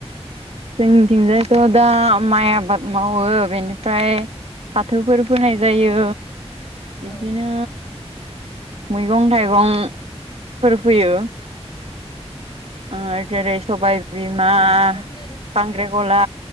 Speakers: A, on the right; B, on the left.
A: जोंनिथिंजायथ' दा माइ आबाद मावो बेनिफ्राय फाथोफोर फोनाय जायो बिदिनो
B: औ
A: मैगं थाइगं फोर फोयो आ जोरै
B: औ
A: सबाय बिमा
B: बेबायदिनो
A: खांख्रे खला